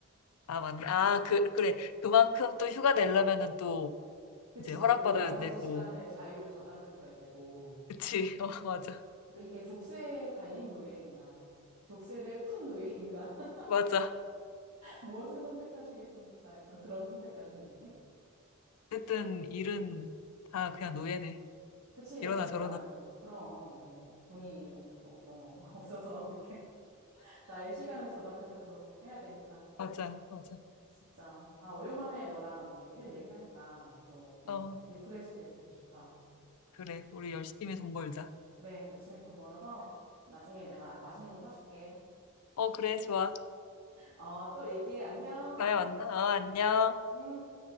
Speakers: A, on the left (about 85°); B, on the right (about 70°).
A: 아, 맞네. 아, 그, 그래. 그만큼 또 휴가 내려면은 또
B: 그치?
A: 이제 허락받아야
B: 그 나머지
A: 되고.
B: 시간을 자유를 저당잡혀야 되고.
A: 그치, <laughs> 어, 맞아.
B: 그러니까 이게 족쇄에 달린 노예인가, 족쇄를 푼 노예인가, <laughs>
A: 맞아.
B: 무엇을 선택하시겠습니까? 약간 그런 선택 같은 느낌?
A: 어쨌든 일은 다 그냥 노예네.
B: 그치?
A: 이러나
B: 우리가,
A: 저러나.
B: 그럼, 뭐, 돈이 없, 어, 어, <laughs> 없어서 이렇게. 나의 시간을 저당잡혀서 해야 되니까.
A: 맞아, 맞아.
B: 진짜. 아, 오랜만에 너랑 이렇게 일 얘기하니까 또 뭔가
A: 어,
B: 리프레시 되고 되게 좋다.
A: 그래. 우리 열심히 돈 벌자.
B: 그래, 열심히 돈 벌어서 나중에 내가 맛있는 거 사줄게.
A: 어, 그래, 좋아.
B: 어, 또 얘기해. 안녕.
A: 다음에 만나. 어, 안녕.
B: 음.